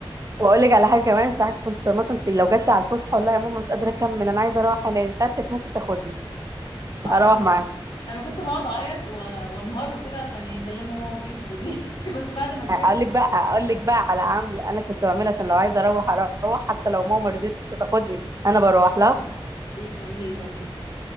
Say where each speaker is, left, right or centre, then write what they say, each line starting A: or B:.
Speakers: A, on the right (about 35°); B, on the left (about 70°).
A: واقول لك على حاجه كمان ساعات كنت مثلا لو جات لي على الفسحه والله يا ماما مش قادره اكمل انا عايزه اروح انا ساعات كانت ممكن تاخدني
B: انا
A: اروح معاها
B: انا كنت بقعد اعيط و- وانهار وكده عشان يكلموا ماما وتيجي تاخدني <laughs> بس بعد ما كبرت
A: اقول لك بقى اقول لك بقى على عمل انا كنت بعملها عشان لو عايزه اروح اروح حتى لو ماما ما رضيتش تاخدني انا بروح لها
B: ايه بتعملي ايه بقى كنت